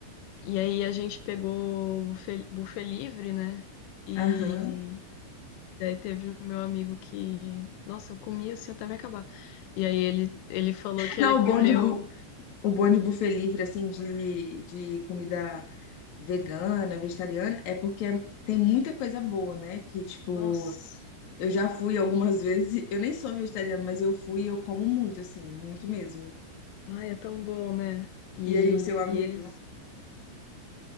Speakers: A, on the left (about 80°); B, on the left (about 50°).
A: E aí a gente pegou o buffet, buffet livre, né? E
B: Aham.
A: daí teve o meu amigo que, nossa, eu comia assim até me acabar. E aí ele, ele falou que
B: Não,
A: ele comeu,
B: o bom de, bu- o bom de buffet livre, assim, de, de comida vegana, vegetariana, é porque tem muita coisa boa, né? Que, tipo,
A: nossa,
B: eu já fui algumas vezes, eu nem sou vegetariana, mas eu fui e eu como muito, assim, muito mesmo.
A: ai, é tão bom, né? E,
B: E aí, o seu amigo?
A: e eles,